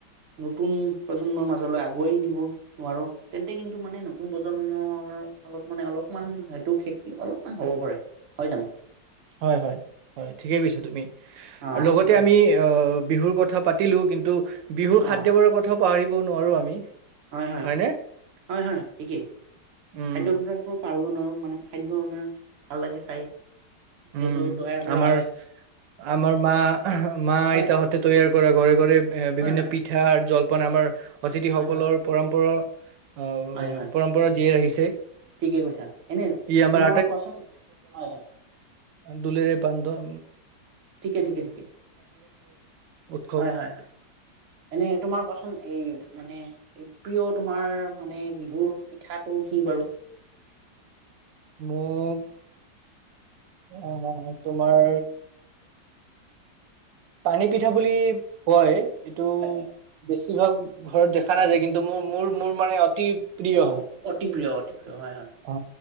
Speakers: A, on the right; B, on the right.
A: নতুন প্ৰজন্মৰ মাজলৈ আগুৱাই দিব নোৱাৰো, তেন্তে কিন্তু মানে নতুন প্ৰজ প্ৰজন্মৰ ফলত মানে অলপমান হয়তো খেতি অলপমান হ'ব পাৰে হয় জানো।
B: হয় হয়- হয় ঠিকেই কৈছা তুমি।
A: অ
B: লগতে
A: হয়
B: আমি অ বিহুৰ কথা পাতিলো, কিন্তু বিহুৰ খাদ্যবোৰৰ
A: অ
B: কথাও পাহৰিব নোৱাৰোঁ আমি।
A: হয় হয়-
B: হয়নে
A: হয়- হয় -হয় ঠিকেই,
B: উম
A: খাদ্য পজাৰ পাহৰিব নোৱাৰো মানে খাদ্য আমাৰ ভাল লাগে খাই। যিহেতু
B: উম,
A: তৈয়াৰ কৰা
B: আমাৰ-
A: হয়
B: আমাৰ মা- মা আইতাহতে
A: হয়
B: তৈয়াৰ কৰে ঘৰে- ঘৰে এ
A: হয়
B: বিভিন্ন
A: হয় হয়
B: পিঠা জল পান আমাৰ অতিথিসকলৰ
A: হয় হয়
B: পৰম্পৰা অঁ, অ
A: হয় হয়
B: পৰম্পৰা জীয়াই ৰাখিছে।
A: ঠিকে কৈছা, এনে
B: ই আমাৰ
A: তোমাৰ কোৱাচোন হয় হয়।
B: দুলেৰে পান্ধ
A: ঠিকে ঠিকে- ঠিকে,
B: উৎসৱ
A: হয় হয়- হয়। এনে তোমাৰ কোৱাচোন, এই মানে প্ৰিয় তোমাৰ মানে বিহুৰ পিঠাটো কি বাৰু।
B: মোৰ আহ তোমাৰ পানী পিঠা বুলি কয়। এইটো
A: হয় হয়
B: বেছিভাগ ঘৰত দেখা নাযায়, কিন্তু মোৰ মোৰ- মোৰ মানে অতি প্ৰিয় হয়
A: অতি প্ৰিয় অতি হয় হয়।
B: অ